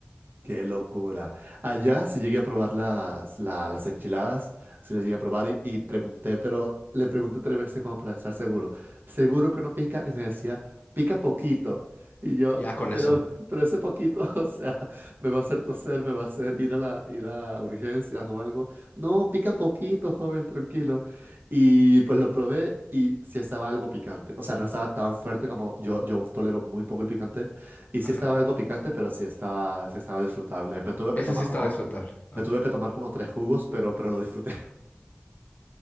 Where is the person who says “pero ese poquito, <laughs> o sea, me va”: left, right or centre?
Right